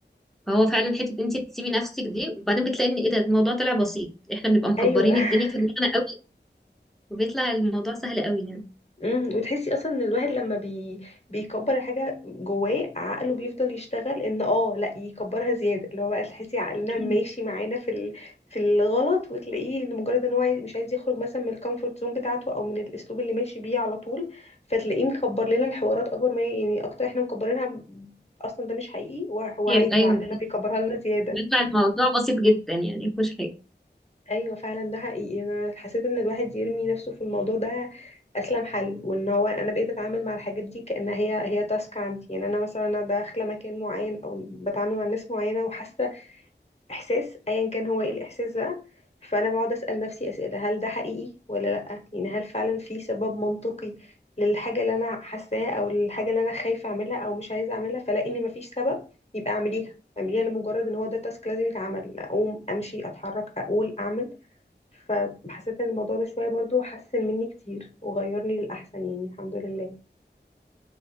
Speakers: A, in the centre; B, on the left.
A: فهو فعلا حته إن انت تسيبي نفسك دي وبعدين بتلاقي ان ايه ده الموضوع طلع بسيط احنا بنبقى مكبرين
B: ايوه
A: الدنيا
B: <laughs>
A: في دماغنا قوي وبيطلع الموضوع سهل قوي يعني
B: امم وتحسي اصلا ان الواحد لما بي... بيكبر الحاجه جواه عقله بيفضل يشتغل ان اه لا يكبرها زياده اللي هو بقى تحسي عقلنا
A: أيوة
B: ماشي معانا في ال... في الغلط وتلاقيه ان مجرد ان هو عايز... مش عايز يخرج مثلا من الكومفورت زون بتاعته او من الاسلوب اللي ماشي بيه على طول فتلاقيه مكبر لنا الحوارات اكبر ما هي يعني اكتر احنا مكبرينها اصلا ده مش حقيقي وهو
A: كتير
B: عادي
A: ايوه
B: وعقلنا بيكبرها لنا زياده
A: بيطلع الموضوع بسيط جدا يعني مفيهوش حاجه
B: ايوه فعلا ده حقيقي انا حسيت ان الواحد يرمي نفسه في الموضوع ده اسلم حل وان هو انا بقيت اتعامل مع الحاجات دي كانها هي هي تاسك عندي يعني انا مثلا انا داخله مكان معين او بتعامل مع ناس معينه وحاسه احساس ايا كان هو ايه الاحساس بقى فانا بقعد اسال نفسي اسئله هل ده حقيقي ولا لا يعني هل فعلا في سبب منطقي للحاجه اللي انا حاساها او الحاجه اللي انا خايفه اعملها او مش عايزه اعملها فلاقي ان مفيش سبب يبقى اعمليها اعمليها لمجرد ان هو ده تاسك لازم يتعمل اقوم امشي اتحرك اقول اعمل فحسيت ان الموضوع ده شويه برضو حسن مني كتير وغيرني للاحسن يعني الحمد لله